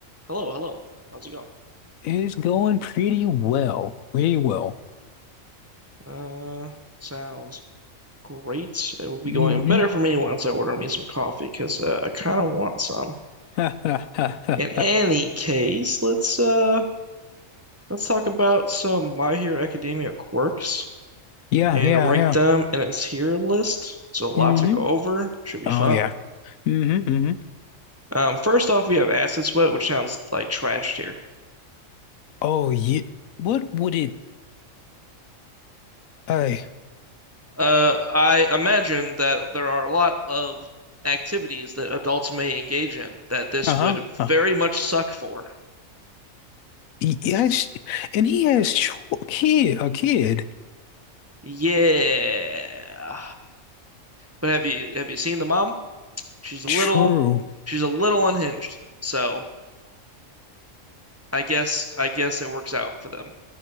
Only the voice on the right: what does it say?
Hello, hello. How's it going?
Uh, sounds great. It will be
going better for
me once I order me some coffee because uh, I kind of want some.
In any case, let's uh let's talk about some My Hero Academia quirks
and
rank them in its tier list. So a lot
to go over. Should be
fun.
Um, first off, we have Acid Sweat, which sounds like trash tier.
Uh, I imagine that there are a lot of activities that adults may engage in that this
would
very much suck for.
Yeah. But have you have you seen the mom? She's a
little she's a little unhinged. So I guess I guess it works out for them.